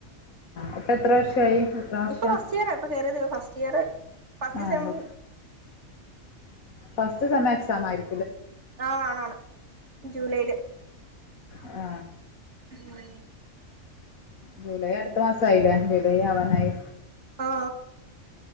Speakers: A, on the left; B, on the right.
A: അപ്പ എത്ര വർഷായി? എത്ര വർഷാ
B: ഇപ്പ ഫസ്റ്റ് ഇയറാ, ഇപ്പ കയറിയതെ ഫസ് റ്റിയറ് ഫസ്റ്റ്
A: ആഹ്
B: സെമ്മു
A: ഫസ്റ്റ് സെമ്മ് എക്സാമായിരി
B: ആ ആണ് ആണ് ജൂലൈയില്.
A: ആ
B: മ്
A: ജൂലൈ അടുത്ത മാസായില്ലേ, ജൂലൈ ആവാനായി.
B: ആ